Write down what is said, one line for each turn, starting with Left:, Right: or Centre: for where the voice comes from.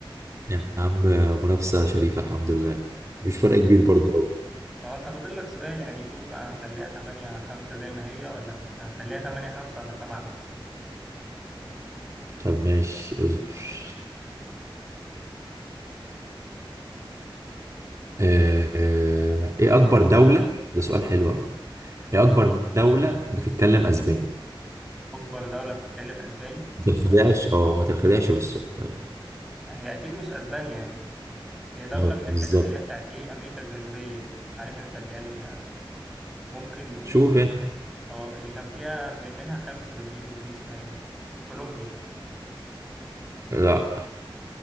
Right: يا عم منافسة شريفة الحمد لله مش فرق
Centre: ماشي.
Right: كبير برضه أوي.
Centre: هو انت فاضل لك سؤال يعني شوف بقى هنخليها 8 5 زي ما هي ولا س... هنخليها 8 5 ولا 7 5
Right: طب ماشي اصبر آه، ايه اكبر دولة ده سؤال حلو قوي ايه اكبر دولة بتتكلم اسباني
Centre: أكبر دولة بتتكلم أسباني
Right: ما تنخدعش اه ما تنخدعش بالسؤال
Centre: هي أكيد مش أسبانيا يعني ما- هي دولة
Right: اه
Centre: من
Right: بالظبط
Centre: الحتت اللي هي بتاعت إيه أمريكا الجنوبية دي عارف أنت اللي هي ال- ممكن نقول
Right: شوف انت
Centre: اه اللي كان فيها م- منها خامس رودريجيز دي اسمها إيه كولومبيا
Right: لا